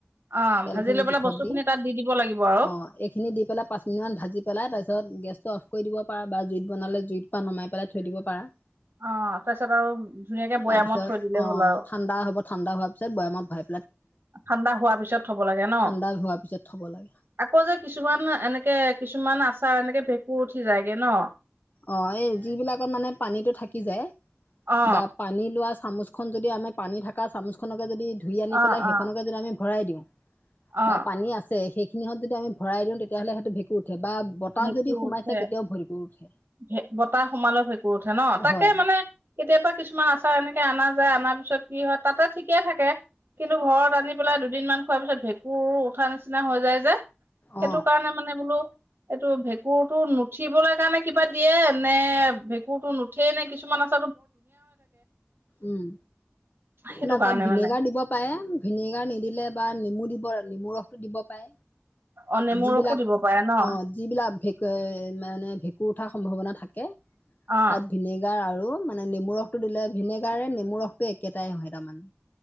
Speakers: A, on the right; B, on the left.
A: অ
B: তেল
A: ভাজি
B: খিনি
A: লৈ পেলাই
B: জোখত
A: বস্তু
B: দি।
A: খিনি তাত দিব লাগিব আৰু
B: অ এইখিনি দি পেলাই পাঁচ মিনিটান ভাজি পেলাই তাৰপিছত গেছ অফ কৰি দিব পাৰ বা জুইত বনালে জুইত পা নমাই পেলাই থৈ দিব পাৰা
A: অ তাৰপিছত আৰু ধুনীয়াকে বৈয়ামত
B: তাৰপিছত
A: থৈ দিলে
B: অ
A: হ'ল আৰু
B: ঠাণ্ডা হ'ব ঠাণ্ডা হোৱাৰ পিছত বয়ামত ভয়
A: ঠাণ্ডা হোৱাৰ পিছত থব লাগে ন?
B: ঠাণ্ডা হোৱাৰ পিছত থ'ব লাগে।
A: আকৌ যে কিছুমান এনেকে কিছু কিছুমান আচাৰ এনেকে ভেঁকুৰ উঠি যায়গে ন‌
B: অ এই যিবিলাকত মানে পানীতটো থাকি যায়
A: অ
B: বা পানী লোৱা চামুচ চামুচখন যদি আমি পানী থকা চামুচখনকে যদি ধুই আনি
A: অ
B: পেলাই সেইখনকে
A: অ
B: যদি আমি ভৰাই দিওঁ
A: অ
B: বা পানী আছে সেই সিহঁত যদি ভৰাই দিওঁ তেতিয়াহলে সেইটো ভেকুঁত উঠে বা বতাহ
A: ভেঁকুৰ
B: যদি সোমাইছে
A: উঠে
B: তেতিয়াও ভৰি ভেকুঁ উঠে
A: ভে বতাহ সোমালে ভেঁকুৰ উঠে ন? তাকে
B: হয়
A: মানে কেতিয়াবা কিছুমান আচাৰ এনেকে অনা যায়, আনা পিছত কি হয় তাতে ঠিকে থাকে, কিন্তু ঘৰত আনি পেলাই দুদিনমান খোৱাৰ পিছত ভেঁকুৰো উঠা নিচিনা হৈ যায় যে সেইটো
B: অ
A: কাৰণে মানে বোলো এইটো ভেঁকুৰটো নুঠিবলৈ কাৰণে কিবা দিয়ে নে ভেঁকুৰ টো নুঠেই নে কিছুমান আছে
B: উম
A: সেইটো
B: না
A: কাৰণে
B: তাত ভিনেগাৰ
A: মানে
B: দিব পাৰে ভিনেগাৰ নিদিলে বা নেমু দিব বৰনেমুৰ ৰখটো দিব পাই
A: অ নেমু
B: যিবিলাক
A: ৰসো দিব পাৰে ন
B: অ যিবিলাক ভেঁক মানে ভেঁকুৰ উঠাৰ সম্ভাৱনা থাকে থাকে
A: অ
B: তাত ভিনেগাৰ আৰু মানে নেমু ৰসটো দিলে ভিনেগাৰে নেমু ৰসটো একেটাই হয় তাৰমানে